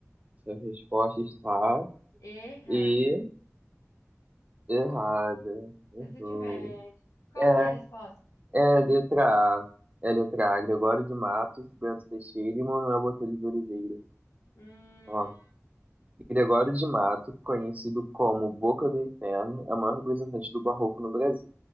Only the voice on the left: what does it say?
Errada.
Você se diverte. Qual
que é a resposta?
Hum.